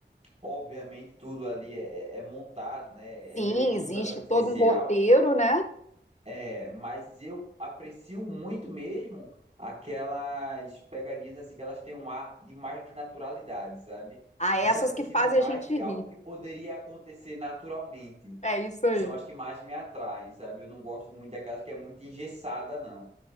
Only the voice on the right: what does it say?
obviamente, tudo ali é, é montado, né?
É meio que
um tanto artificial.
É, Mas eu aprecio muito mesmo aquelas pegarias assim que elas têm um ar de mais naturalidade, sabe?
Que se aproximam
mais
de
algo que poderia acontecer naturalmente.
São as que mais me atraem, sabe? Eu não gosto muito daquelas que é muito engessada, não.